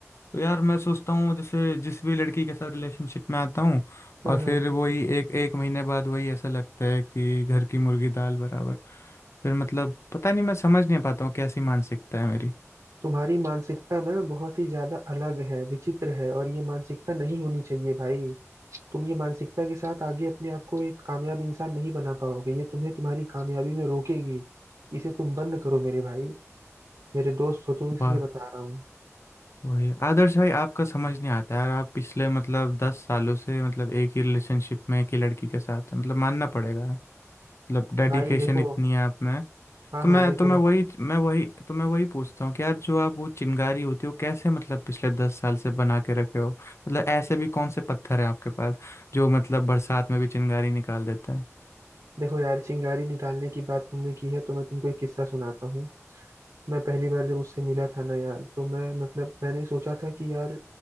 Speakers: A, on the left; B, on the right.
A: तो यार मैं सोचता हूँ जैसे जिस भी लड़की के साथ रिलेशनशिप में आता हूँ
B: हाँ
A: और
B: हाँ
A: फिर वही एक एक महीने बाद वही ऐसा लगता है कि घर की मुर्गी दाल बराबर फिर मतलब पता नहीं मैं समझ नहीं पाता हूँ कैसी मानसिकता है मेरी
B: तुम्हारी मानसिकता ना बहुत ही ज्यादा अलग है विचित्र है और ये मानसिकता नहीं होनी चाहिए भाई तुम ये मानसिकता के साथ आगे अपने आप को एक कामयाब इंसान नहीं बना पाओगे ये तुम्हें तुम्हारी कामयाबी में रोकेगी इसे तुम बंद करो मेरे भाई मेरे दोस्त हो तुम इसलिए
A: वाह
B: बता रहा हूँ
A: वही आदर्श भाई आपका समझ नहीं आता यार आप पिछले मतलब दस सालों से मतलब एक ही रिलेशनशिप में एक ही लड़की के साथ हैं मतलब मानना पड़ेगा मतलब डेडिकेशन
B: भाई देखो
A: इतनी है आप में
B: हाँ
A: तो
B: हाँ
A: मैं
B: देखो
A: तो मैं वही मैं वही तो मैं वही पूछता हूँ कि यार जो आप वो चिंगारी होती है वो कैसे मतलब पिछले दस साल से बना के रखे हो मतलब ऐसे भी कौन से पत्थर हैं आपके पास जो मतलब बरसात में भी चिंगारी निकाल देते हैं
B: देखो यार चिंगारी निकालने की बात तुमने की है तो मैं तुमको एक किस्सा सुनाता हूँ मैं पहली बार जब उससे मिला था ना यार तो मैं मतलब मैंने सोचा था कि यार